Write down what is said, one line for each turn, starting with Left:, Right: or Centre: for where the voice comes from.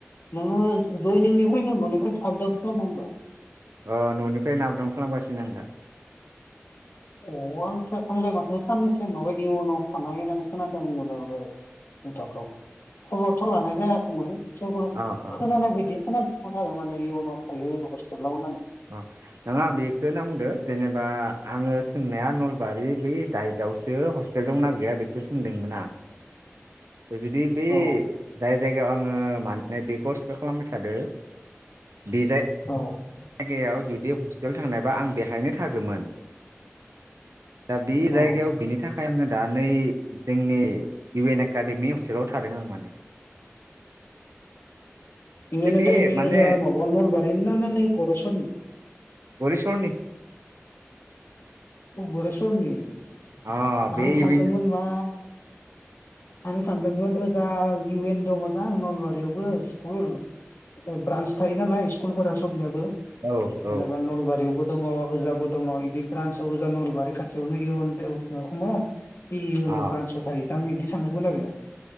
Left: नोङो जयनिंनिफ्रायनो नों ननिफ्राय आप डाउन खालामो होमबा?
Right: अ ननिफ्रायनो आप दाउन खालामगासिनो आं दा
Left: अ आं आंलाय माथो साननैसो माबा इउनाव थानाय होननानै खोनादोंमोन आङो नोंथांखो खबरथ' लानाय जायाखैमोन थेवबो
Right: अ अ
Left: खोनानाय बिदि खोना <unintelligible> आरो माने इयनाव थायो हस्टेलाव होननानै
Right: अ नङा बेखौ होनना बुंदो जेनेबा आङो सोंनाया नलबारि बै दाइदआवसो हस्टेल दंना गैया बेखौ सोंदोंमोन आं जुदि बे
Left: औ
Right: जाय जायगायाव आङो माने बे कर्सखौ खालामबाय थादो बे जाय
Left: औ
Right: जायगायाव जुदि हस्टेल थांनायबा आं बेवहायनो थागोमोन दा बे जायगायाव
Left: औ
Right: बिनि थाखाय आङो दा नै जोंनि इउ एन एकाडेमि हस्टेलाव थादों आं माने।
Left: इउ
Right: बे
Left: एन
Right: बे
Left: एकाडेमि
Right: माने
Left: ओजा माबा नलबारि ना नै गरेसरनि
Right: गरिसरनि
Left: अ गुरेसरनि?
Right: अ बे
Left: आं सानदोंमोन
Right: इउ एन
Left: मा आं सानदोंमोन ओजा इउ एन दङजां नलबारियावबो स्कुल ब्रान्स थायो नालाय स्कुलफोरा सबनियाबो जेनेबा
Right: औ औ
Left: नलबारियावबो दङ' ओजाबो दङ' बिदि ब्रान्स जा नलबारि खाथियावनो इउन ख इउन‌आव
Right: अ
Left: ब्रान्सयाव थायो दा आं बिदि सानदोंमोन आरो